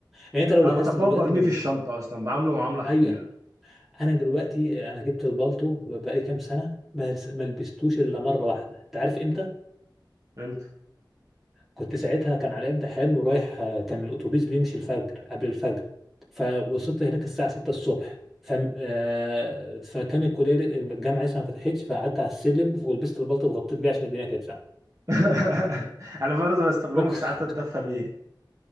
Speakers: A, in the centre; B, on the right.
A: يعني انت لو
B: انا
A: لاحظت
B: بطبقه
A: دلوقتي
B: وبرميه
A: ما
B: في
A: بي...
B: الشنطه اصلا بعامله معامله حقيره
A: اي انا دلوقتي انا جبت البالطو بقالي كام سنه ما لس- ما لبستوش الا مره واحده انت عارف امتى
B: فهمت
A: كنت ساعتها كان علي امتحان ورايح آه، كان الاتوبيس بيمشي الفجر قبل الفجر فوصلت هناك الساعه 6 الصبح ف آه، فكان الكليه الجامعه لسه ما فتحتش فقعدت على السلم ولبست البلطو اتغطيت بيه عشان الدنيا كانت ساقعه
B: <laughs> انا برضه بستخدمه
A: أق-
B: في ساعات اتدفى بيه